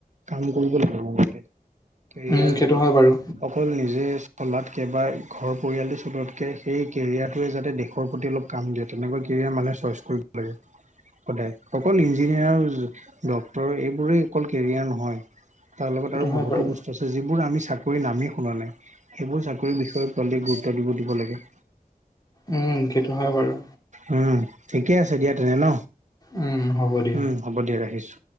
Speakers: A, on the right; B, on the left.
A: কাম কৰিব লাগে মোৰ মতে কেৰিয়াৰ
B: উম সেইটো হয় বাৰু
A: অকল নিজে চলাত কেবা ঘৰৰ পৰিয়ালটো চলোৱাতকে সেই কেৰিয়াৰটোৱে যাতে দেশৰ প্ৰতি অলপ কাম দিয়ে তেনেকুৱা কেৰিয়াৰ মানুহে চইচ কৰে কৰিব লাগে সদায় অকল ইঞ্জিনিয়াৰ ড্ক্তৰ এইবোৰেই অকল কেৰিয়াৰ নহয় তাৰ লগত
B: সেইটো
A: আৰু
B: হয়
A: বহুতো
B: বাৰু
A: বস্তু আছে যিবোৰ আমি চাকৰি নামেই শুনা নাই সেইবোৰ চাকৰি বিষয়ে অধিক গুৰুত্ব দিব দিব লাগে
B: উম সেইটো হয় বাৰু
A: উম ঠিকে আছে দিয়া তেনে ন
B: উম হ'ব দিয়
A: উম হ'ব দিয়া ৰাখিছো